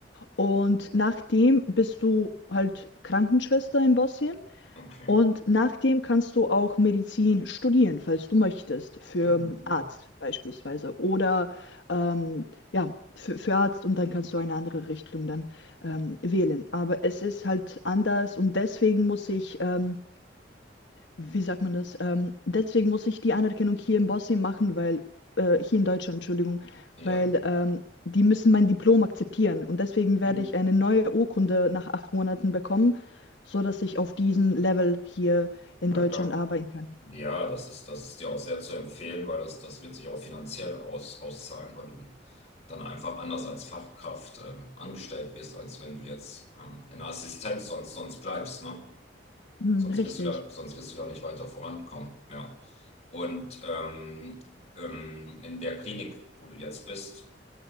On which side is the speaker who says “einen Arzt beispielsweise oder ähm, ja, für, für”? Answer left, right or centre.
Left